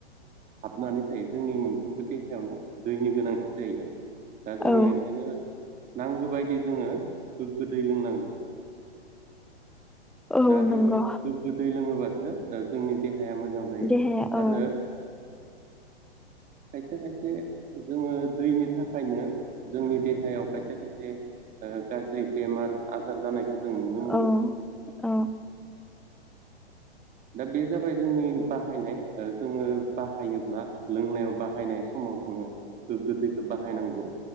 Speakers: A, on the right (about 25°); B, in the centre.
A: हाबनानै थायो जोंनि मोनफ्रोमबो देहायावनो दैनि गोनांथि जायो। दा जोङो
B: औ
A: ओंखायनो नांगौ बायदि जोङो गोग्गो दै लोंनांगौ।
B: औ
A: दा जोङो
B: नंगौ
A: गोग्गो दै लोङोबा जोंनि देहा देहाया मोजां जायो
B: देहाया
A: आरो।
B: औ
A: खायसे खायसे जोङो दैनि थाखायनो जोंनि देहायाव खायसे खायसे गाज्रि बेमार आजार जानायखौ जों नुनो
B: औ
A: मोनो।
B: औ
A: दा बे जाबाय जोंनि बाहायनाय ओ जोङो बाहायोब्ला लोंनायाव बाहायनाय समाव जोङो गोग्गो दैखौ बाहायनांगौ।